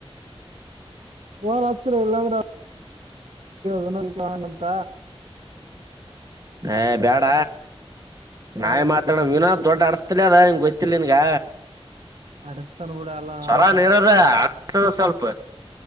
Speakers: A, on the right; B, on the right.
A: ಫೋನ್ ಹಚ್ಚರ ಇಲ್ಲಾಂದ್ರೆಗ ವಿನೋಂತ
B: ಹ ಬೇಡ
A: ಹ
B: ನಾವೇ ಮಾತಾಡೋ ವಿನೋದ್ ದೊಡ್ಡ ಆಡಸ್ತಿಲ ಅದ ನಿಂಗ ಗೊಯ್ತಿಿಲ್ಲ ನಿನ್ಗ
A: ಅಡಸ್ತಾನ ಬಿಡ ಅಲ್ಲ
B: ಚರ
A: ನಾವ್
B: ನೀರದ ಅಸದ ಸ್ವಲ್ಪ